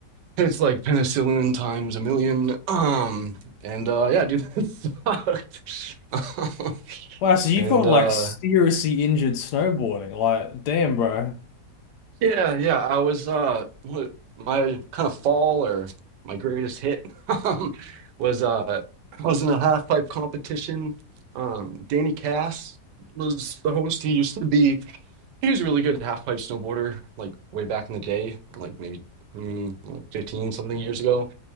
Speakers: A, on the right; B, on the left.
A: it's like penicillin times a million. Um, and uh yeah, dude, <laughs> that sucked. <laughs>
B: Wow. So you've
A: And
B: gotten
A: uh
B: like seriously injured snowboarding. Like, damn, bro.
A: yeah, yeah, I was uh what my kind of fall or my greatest hit <laughs> um was uh I was in a half pipe competition. Um Danny Cass was the host. He used to be he was a really good half pipe snowboarder like way back in the day, like maybe mm, like 15 something years ago